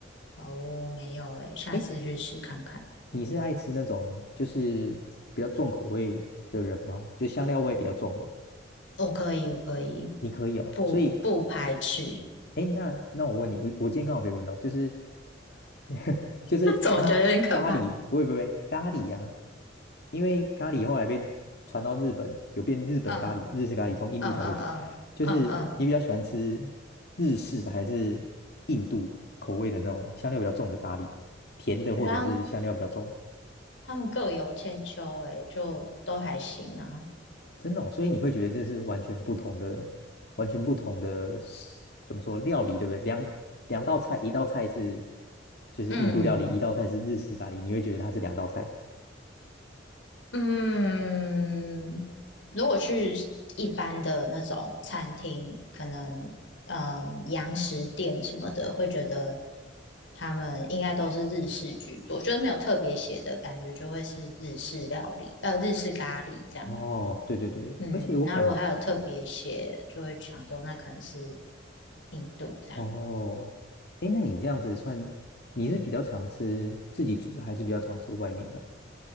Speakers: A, on the left; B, on the left.
A: 哦，没有诶，下次去试看看。
B: 诶，你是爱吃那种就是比较重口味的人吗？就香料味比较重的，
A: 哦，可以，我可以，
B: 你可以哦。
A: 不不排斥，
B: 所以哎，那那我问你，我我今天刚好被问到，就是 <laughs> 就是咖咖喱，
A: <laughs> 总觉得有点可怕。
B: 不会不会咖喱啊，因为咖喱后来被传到日本，有变日本咖喱嘛，
A: 嗯
B: 日式咖喱从印度传过去。
A: 嗯嗯嗯嗯嗯。
B: 就是你比较喜欢吃日式的还是印度口味的那种香料比较重的咖喱，甜的或者是香料比较重？
A: 我觉得他们他们各有千秋、欸，就都还行啊。
B: 真的哦，所以你会觉得这是完全不同的，完全不同的食，怎么说料理，对不对？两两道菜，一道菜是就是印度料理，
A: 嗯
B: 一道菜是日式咖喱，你会觉得它是两道菜。
A: 嗯，如果去一般的那种餐厅，可能嗯洋食店什么的，会觉得他们应该都是日式居多，就是没有特别写的感觉，就会是日式料理，呃，日式咖喱这样。
B: 哦，对对对，
A: 嗯，
B: 而且我感觉，
A: 那如果还有特别写，就会想说那可能是印度这样，
B: 哦，诶，那你这样子算，你是比较常吃自己煮的，还是比较常吃外面的啊？